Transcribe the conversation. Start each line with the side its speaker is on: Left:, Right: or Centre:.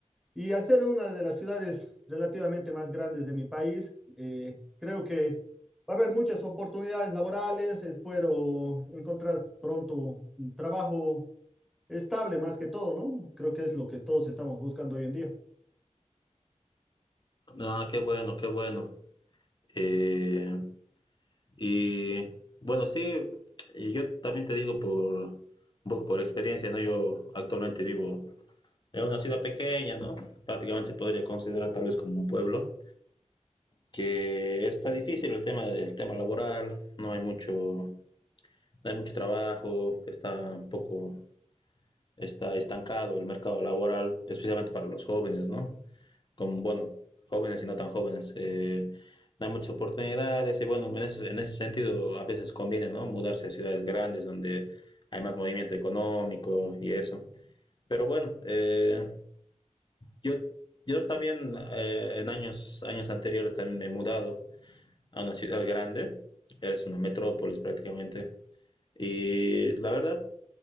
Centre: Y al ser una de las ciudades relativamente más grandes de mi país, eh, creo que va a haber muchas oportunidades laborales, espero encontrar pronto un trabajo estable más que todo, ¿no? Creo que es lo que todos estamos buscando hoy en día.
Left: Ah, qué bueno, qué bueno. Eh, y bueno, sí, y yo también te digo por un poco por experiencia, ¿no? Yo actualmente vivo Es una ciudad pequeña, ¿no? Prácticamente se podría considerar tal vez como un pueblo, que está difícil el tema del tema laboral, no hay mucho, no hay mucho trabajo, está un poco está estancado el mercado laboral, especialmente para los jóvenes, ¿no? Como, bueno, jóvenes y no tan jóvenes. Eh, no hay muchas oportunidades y bueno, en ese, en ese sentido a veces conviene, ¿no? Mudarse a ciudades grandes donde hay más movimiento económico y eso. Pero bueno, eh, Yo, yo también eh, en años, años anteriores también me he mudado a una ciudad grande, es una metrópolis prácticamente. Y la verdad,